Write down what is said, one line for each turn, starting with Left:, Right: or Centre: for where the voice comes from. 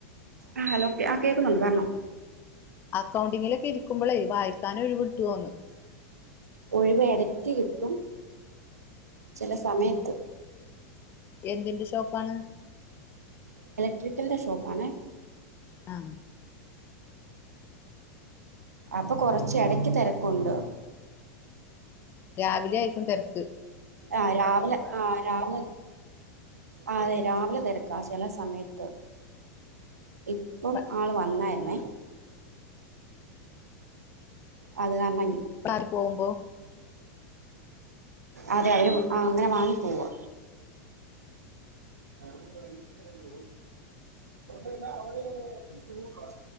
Right: ആ ഹലോ ആ കേക്കുന്നുണ്ട് പർഞ്ഞോ
Left: അക്കൗണ്ടിങ്ങിലൊക്കെ ഇരിക്കുമ്പളേ വായിക്കാനും ഒഴിവിട്ട്വോന്ന്
Right: ഒഴിവെടക്ക് കിട്ടും ചെലസമയത്ത്
Left: എന്തിന്റെ ഷോപ്പാണ്.
Right: <unintelligible> ട്രിക്കലിന്റെ ഷോപ്പാണേ
Left: ആ
Right: അപ്പൊ കൊറച്ച് എടക്ക് തെരക്കുണ്ട്
Left: രാവിലെ ആയിക്കും തെരക്ക്
Right: ആ രാവിലെ ആ രാവിലെ ആ അതെ രാവിലെ തെര ക്കാ ചെല സമയത്ത് ഇപ്പം
Left: വാ
Right: ആൾ വന്നായിരുന്നെ അത് കാര്ണ
Left: കാറിപോമ്പോ
Right: അതെ അവര് ആ അങ്ങനെ വാങ്ങി പോവാ ീ <unintelligible> ഹോസൽ <unintelligible> ആക്ക അവ <unintelligible> ബിസി ട്ട